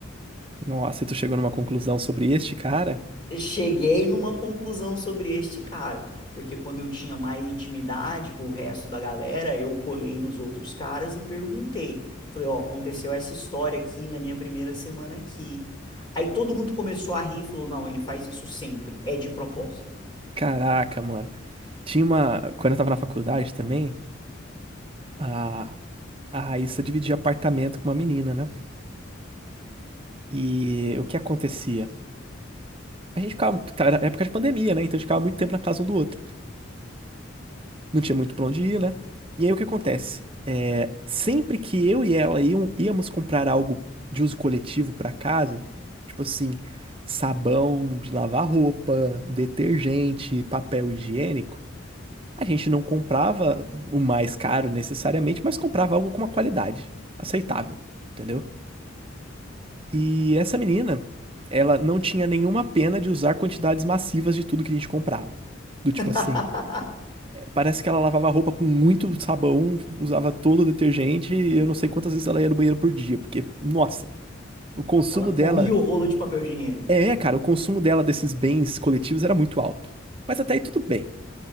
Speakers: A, on the right (about 25°); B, on the left (about 25°).
A: Nossa, e tu chegou numa conclusão sobre este cara?
B: Cheguei numa conclusão sobre este cara, porque quando eu tinha mais intimidade com o resto da galera, eu colei nos outros caras e perguntei. Falei, ó, aconteceu essa história aqui na minha primeira semana aqui. Aí todo mundo começou a rir e falou, não, ele faz isso sempre, é de propósito.
A: Caraca, mano. Tinha uma. Quando eu tava na faculdade também, a, a Raíssa dividia apartamento com uma menina, né? E o que acontecia? A gente ficava. tá, Era época de pandemia, né? Então a gente ficava muito tempo na casa um do outro. Não tinha muito pra onde ir, né? E aí o que acontece? É, sempre que eu e ela iam, íamos comprar algo de uso coletivo pra casa, tipo assim, sabão de lavar roupa, detergente, papel higiênico. A gente não comprava o mais caro necessariamente, mas comprava algo com uma qualidade aceitável, entendeu? E essa menina, ela não tinha nenhuma pena de usar quantidades massivas de tudo que a gente comprava. Do tipo
B: <laughs>
A: assim, parece que ela lavava a roupa com muito sabão, usava todo o detergente, e eu não sei quantas vezes ela ia no banheiro por dia, porque, nossa, o consumo
B: Ela comia
A: dela.
B: o rolo de papel higiênico.
A: É, cara, o consumo dela desses bens coletivos era muito alto. Mas até aí tudo bem.